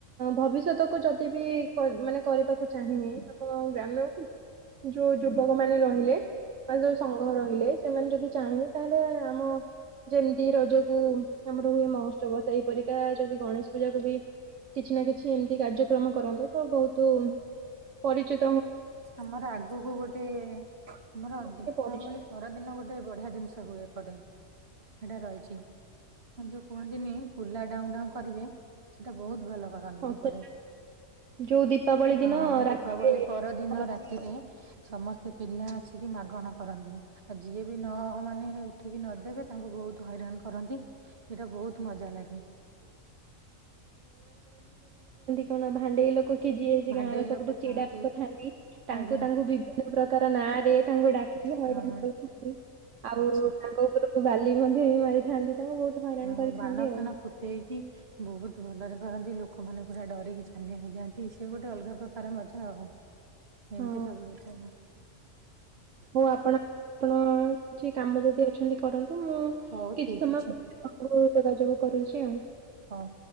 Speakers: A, on the right; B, on the right.
A: ଭବିଷ୍ୟତକୁ ଯଦି ବି କର୍ ମାନେ କରିବାକୁ ଚାହିଁବି ଆମ ଗ୍ରାମ୍ୟକୁ ଯୋଉ ଯୁବକ ମାନେ ରହିଲେ ବା ଯୋଉ ସମ ଘର ହେଲେ ସେମାନେ ଯଦି ଚାହିଁବେ ତାହେଲେ ଆମ ଯେମତି ରଜକୁ ଆମର ହୁଏ ମହୋ ତ୍ସବ ସେହିପରିକା ଯଦି ଗଣେଶ ପୂଜାକୁ ବି କିଛି ନା କିଛି ଏମତି କାର୍ଯ୍ୟକ୍ରମ କରନ୍ତେ, ତ ବହୁତ ତୁ ପରିଚିତ୍
B: ଆମର ଆଗକୁ ଗୋଟିଏ ଆମର
A: ଟିକେ
B: ଦୀପାବଳି
A: ପରିଚିତ
B: ପରଦିନ ଗୋଟେ ବଢିଆ ଜିନିଷ ହୁଏ। ଏପଟେ ସେଇଟା ରହିଛି, କଣ ଯୋଉ କୁହନ୍ତିନି କୁଲା ଡାଉଁ ଡାଉଁ କରିବେ, ସେଇଟା ବହୁତ ଭଲ କରନ୍ତି
A: ହୁଅନ୍ତେ।
B: ସେପଟେ।
A: ଯୋଉ ଦୀପାବଳି ଦିନ
B: ହଁ ହଁ
A: ରାତିରେ
B: ଦୀପାବଳି ପରଦିନ
A: କରନ୍ତି
B: ରାତିରେ ସମସ୍ତେ ପିଲା ଆସିକି ମାଗଣ କରନ୍ତି। ଆଉ ଯିଏ ବି ନ ମାନେ ଉଠିକି ନଦେବେ ତାଙ୍କୁ ବହୁତ ହଇରାଣ କରନ୍ତି, ଏଇଟା ବହୁତ ମଜା ଲାଗେ।
A: <unintelligible> ଆପଣ ଭାଣ୍ଡେଇ ଲୋକ କି ଯିଏ ହେଇଛି
B: ଭାଣ୍ଡେଇ
A: ଗାଁର ସବୁଠୁ
B: ଲୋକ
A: ଚିଡା
B: ଥାଆନ୍ତି
A: ଲୋକ ଥାନ୍ତି, ତାଙ୍କୁ
B: ଆଜ୍ଞା
A: ତାଙ୍କୁ ବିଭିନ୍ନ ପ୍ରକାର ନାଁରେ ତାଙ୍କୁ ଡାକି ହଇରାଣ
B: ହଁ
A: କରିଥାନ୍ତି, ଆଉ
B: ଆଚ୍ଛା
A: ତାଙ୍କ ଉପରକୁ ବାଲି ମଧ୍ୟ ହି ମାରିଥାନ୍ତି ତାଙ୍କୁ ବହୁତ ହଇରାଣ
B: ହଁ
A: କରିଥାନ୍ତି
B: ବାଣ
A: ଆଉ।
B: ଫାଣ ଫୁଟେଇକି ବହୁତ ଭଲରେ କରନ୍ତି, ଲୋକମାନେ ପୁରା ଡରିକି ଛାନିଆ ହେଇଯାଆନ୍ତି, ସେ ଗୋଟେ ଅଲଗା ପ୍ରକାର ମଜା ଆଉ। ଏମିତି
A: ହଁ
B: ସବୁ ହେଇଥାଏ
A: ହଉ ଆପଣ ଆପଣ କିଛି କାମ ଯେବେ ଅଛନ୍ତି କରନ୍ତୁ, ମୁଁ
B: ହଉ
A: କିଛି
B: ଠିକ
A: ସମୟ
B: ଅଛି
A: ପରେ ଆପଣଙ୍କୁ ଯୋଗାଯୋଗ କରୁଛି ଆଉ।
B: ହଉ।